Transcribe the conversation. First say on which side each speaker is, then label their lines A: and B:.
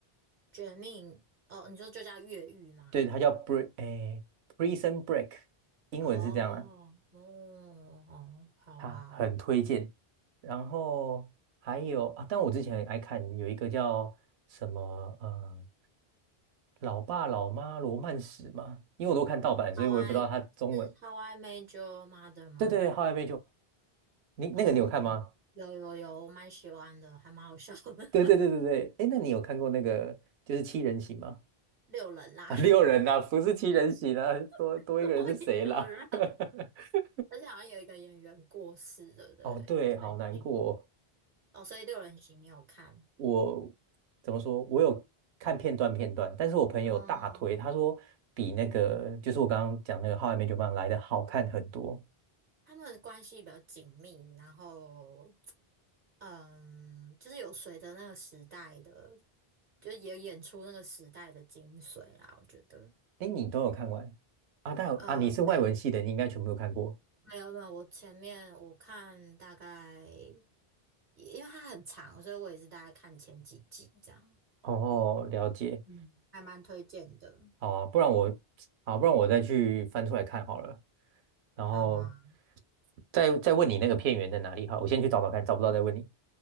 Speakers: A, on the right (about 60°); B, on the right (about 85°).
A: 绝命，哦，你说就叫越狱吗？
B: 对，它叫 Break，诶，Prison Break，英文是这样啦，
A: 哦，哦，哦，好啊
B: 它很推荐。然后还有啊，但我之前很爱看有一个叫什么呃，老爸老妈罗曼史嘛，因为我都看盗版，所以我也不知道它中文。
A: ，How I 是 How I m a d e Your Mother 吗？
B: 对对对，How I m 你那个你有看吗？
A: 哦。有有有，我蛮喜欢的，还蛮好笑的。<laughs>
B: 对对对对对，哎，那你有看过那个就是七人行吗？
A: 六人啦，
B: <laughs> 啊，六人呐、不是七人行啊，多多一个人是谁啦？
A: <laughs> 多一个人，
B: <laughs>
A: 而且好像有一个演员过世，了，不对？
B: 哦，对，好难过哦。
A: 最近哦，所以六人行你有看？
B: 我怎么说？我有看片段片段，但是我朋友大推，
A: 哦哦，
B: 他说比那个就是我刚刚讲那个《好爱没酒伴》来的好看很多。
A: 他们关系比较紧密，然后嗯，就是有随着那个时代的，就也演出那个时代的精髓啦，我觉得。
B: 哎，你都有看完啊？但啊，
A: 呃，
B: 你是外文系的，
A: 没
B: 你应该全部都看过。
A: 没有没有，我前面我看大概，因为它很长，所以我也是大概看前几集这样。
B: 哦，了解。
A: 嗯，还蛮推荐的。
B: 好啊，不然我好，不然我再去翻出来看好了，然后
A: 好啊，
B: 再再问你那个片源在哪里。哈，我先去找找看，找不到再问你。